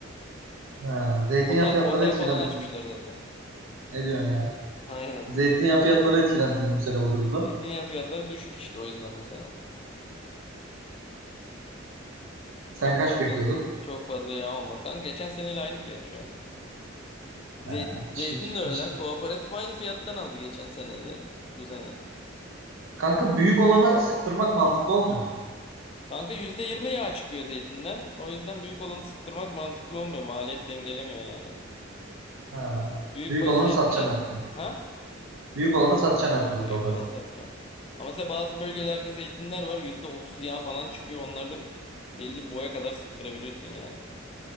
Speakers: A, on the right; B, on the left.
A: Ha. Zeytinyağı
B: Otel
A: fiyatları
B: otel
A: etkilendim.
B: falan açmışlar zaten.
A: Ne diyorsun ya?
B: Aynen.
A: Zeytinyağı fiyatları etkilendim bu sene bu durumda.
B: Zeytinyağı fiyatları düşük işte o yüzden bu sene.
A: Sen
B: Çok
A: kaç
B: fazla
A: bekliyordun?
B: çok fazla yağ olmaz. Kanka geçen seneyle aynı fiyat şu an. Zeytin,
A: Ha.
B: zeytin
A: Hiç,
B: de öyle.
A: hiç.
B: Kooperatif aynı fiyattan aldı geçen seneyle bu sene.
A: Kanka büyük olanı sıktırmak mantıklı olmuyor mu?
B: Kanka %20 yağ çıkıyor zeytinden. O yüzden büyük olanı sıktırmak mantıklı olmuyor. Maliyet dengelemiyor yani.
A: Ha.
B: Büyükbaş
A: Büyük olanı
B: zeytine
A: satacaksın her türlü.
B: ha?
A: Büyük olanı satacaksın her türlü
B: Büyük
A: kafanızda.
B: olanı satacaksın. Ama mesela bazı bölgelerde zeytinler var. yüzde otuz yağ falan çıkıyor. onlarda belli boya kadar sıktırabiliyorsun yani.